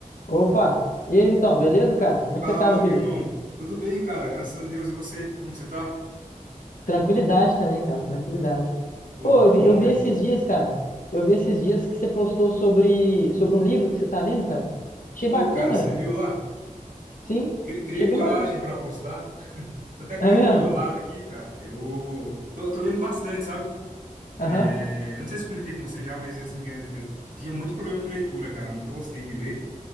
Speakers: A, on the left; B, on the right.
A: Opa! E aí, Vitão, beleza, cara? Como é
B: Fala,
A: que você tá, meu
B: meu
A: querido?
B: irmão. Tudo bem, cara? Graças a Deus. E você? Como que você tá?
A: Tranquilidade também, cara, tranquilidade.
B: Pô,
A: Pô,
B: que
A: eu
B: bom,
A: vi, eu vi
B: velho.
A: esses dias, cara. Eu vi esses dias que você postou sobre, sobre um livro que você tá lendo, cara. Achei
B: Pô,
A: bacana,
B: cara, você
A: velho.
B: viu lá?
A: Sim,
B: Cri- Criei
A: achei bem
B: coragem
A: bacana.
B: pra apostar. Tô até com
A: É
B: ele
A: mesmo?
B: do meu lado aqui, cara. Eu tô, tô lendo bastante, sabe?
A: Aham,
B: É, Eu não sei se comentei com você já, mas assim, eu, eu tinha muito problema com leitura, cara. Nunca gostei de ler.